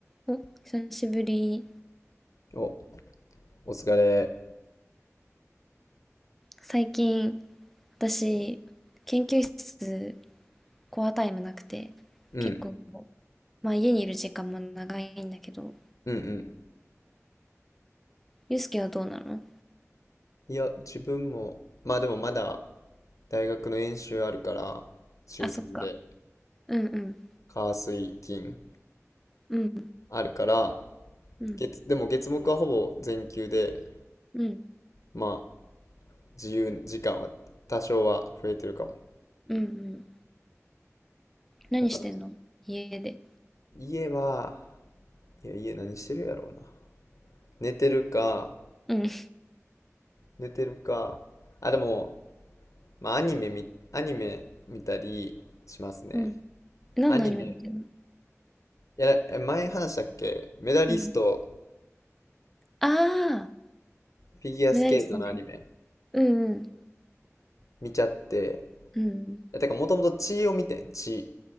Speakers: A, in the centre; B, on the left.
A: お、久しぶり。
B: お、お疲れ。
A: 最近、私、研究室、コアタイムなくて、
B: うん、
A: 結構、まあ家にいる時間も長いんだけど、
B: うんうん。
A: ゆうすけはどうなの
B: いや、自分も、まあでもまだ大学の演習あるから、週3で、
A: あ、そっか。うんうん、
B: 火水金
A: うん、
B: あるから、
A: うん、
B: 月、でも月木はほぼ全休で、
A: うん、
B: まあ自由時間は多少は増えてるかも。
A: うん、うん。何してんの家で。
B: だから、家は、いや、家何してるやろうな。寝てるか、
A: うん、
B: 寝てるか、あ、でも、まあアニメみ、アニメ見たりしますね。
A: うん。何のアニメ見てんの
B: アニメ、いや、え前話したっけメダリスト、
A: うん。ああ、
B: フィギュアスケートのアニメ、
A: メダリストね。うんうん、
B: 見ちゃって、
A: うん。
B: いや、てか、もともと血を見てん、血、